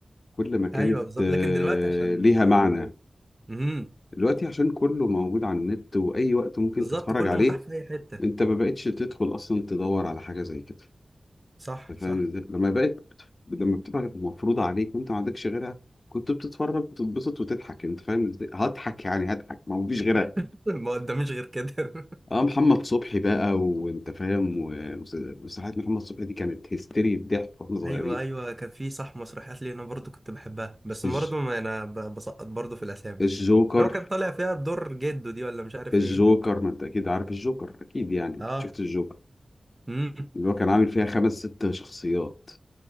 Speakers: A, on the left; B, on the right.
A: كل ما كانت
B: ايوه بالظبط
A: آه،
B: لكن دلوقتي عشان
A: ليها
B: بقوا
A: معنى
B: امم
A: دلوقتي عشان كله موجود على النت وأي وقت ممكن
B: بالظبط
A: تتفرج
B: كله
A: عليه
B: متاح في اي حته
A: أنت ما بقتش تدخل أصلا تدور على حاجة زي كده
B: صح
A: أنت
B: صح
A: فاهم إزاي؟ لما بقت لما بتبقى مفروضة عليك وأنت ما عندكش غيرها كنت بتتفرج وتتبسط وتضحك أنت فاهم إزاي هضحك يعني هضحك ما هو فيش غيرها
B: <laughs> ما قداميش غير كده <laughs>
A: اه محمد صبحي بقى وانت فاهم ومسرحيات محمد صبحي دي كانت هيستيري بضحك واحنا صغيرين
B: ايوه ايوه كان في صح مسرحيات لي انا برضو كنت بحبها بس
A: الج...
B: برضو ما انا ب- بسقط برضو في الاسامي
A: الجوكر
B: لو كان طالع فيها بدور جده دي ولا مش عارف
A: الجوكر
B: ايه
A: ما انت اكيد عارف الجوكر اكيد يعني
B: اه
A: أكيد شفت الجوكر
B: امم
A: اللي هو كان عامل فيها خمس ست شخصيات